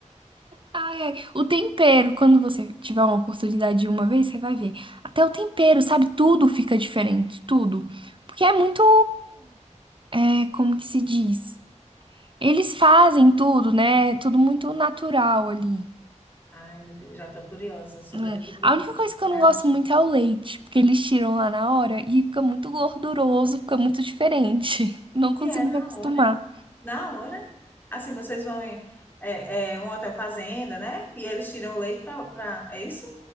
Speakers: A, on the right; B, on the left.
A: Ai, ai. O tempero, quando você tiver uma oportunidade de uma vez, você vai ver. Até o tempero, sabe? Tudo fica diferente, tudo. Porque é muito. é, como que se diz? Eles fazem tudo, né? Tudo muito natural ali.
B: Ai, meu Deus, já tô curiosa, sou
A: né?
B: doida por viagem,
A: A única coisa que
B: pra
A: eu
B: viajar.
A: não gosto muito é o leite, porque eles tiram lá na hora e fica muito gorduroso, fica muito diferente. <laughs> Não consigo
B: E é na
A: me acostumar.
B: hora, na hora. Assim, vocês vão em é, é, um hotel fazenda, né? E eles tiram o leite pra, pra... É isso?